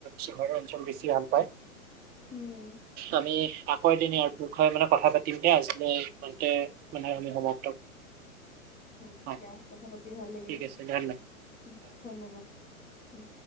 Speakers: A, on the right; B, on the left.
A: চহৰৰ অঞ্চল বেছি ভাল পায়
B: উম
A: আমি আ <unintelligible> মানে কথা পাতিম দে আজিলে ইমানতে মানে আমি সমাপ্ত
B: উম
A: অ
B: দিয়া কথা পাতি ভাল লাগিল
A: ঠিক আছে ধন্যবাদ
B: উম ধন্যবাদ উম